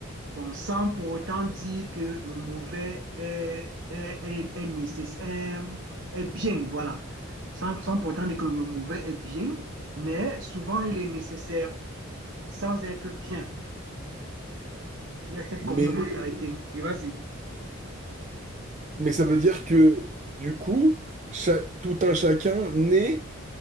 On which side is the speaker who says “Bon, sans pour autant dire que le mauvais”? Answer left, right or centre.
Right